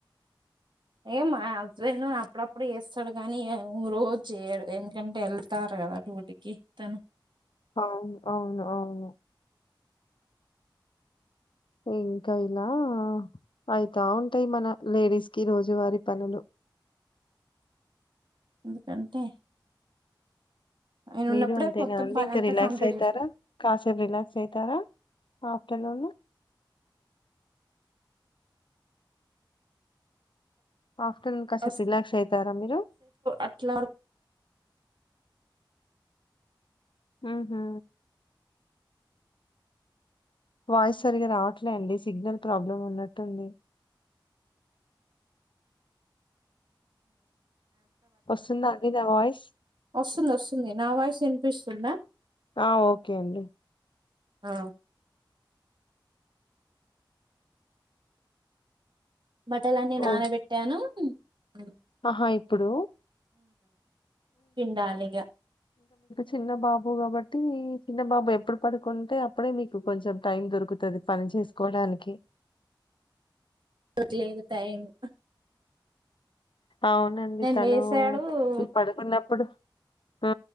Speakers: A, on the left; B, on the right.
A: <inaudible>
B: ఇ మా హస్బెండ్ అప్పుడప్పుడు చేస్తడు కానీ, ఇగ రోజు చేయడు ఎందుకంటే ఎళ్తారు కదా. డుటీకి తను
A: అవును అవును అవును ఇంక ఇలా అయితా ఉంటయి మన లేడీస్ కి రోజువారీ పనులు. <inaudible>
B: ఎందుకంటే ఆయన
A: మీరు
B: ఉన్నప్పుడే
A: అంతేనా
B: మొత్తం
A: అండి,
B: పని
A: ఇంక
B: అంతా
A: రిలాక్స్
B: కంప్లీట్
A: అయితారా కాసేపు రిలాక్స్ అయితారా? ఆఫ్టర్నూన్ ఆఫ్టర్నూన్ కాసేపు
B: చేసేపు
A: రిలాక్స్ అయితారా మీరు?
B: అట్లా
A: ఉహు వాయిస్ సరిగ రావట్లే అండి, సిగ్నల్ ప్రాబ్లం ఉన్నట్టుంది. <inaudible> వస్తుందా అండి నా వాయిస్
B: వసుంది వసుంది నా వాయిసు ఇన్ పిస్తుందా
A: ఆ ఓకే అండి
B: ఆ బట్టలన్నీ నానబెట్టాను.
A: ఓ
B: ఉమ్
A: ఆహా ఇప్పుడు
B: పిండాలిగా
A: చిన్న బాబు కాబట్టి, చిన్న బాబు ఎప్పుడు పడుకుంటే అప్పుడే మీకు కొంచెం టైం దొరుకు తది పని చేసుకోడానికి
B: ట్లేదు టైము
A: అవునండి తను
B: లేసాడు
A: ఇ పడుకున్నప్పుడు ఊ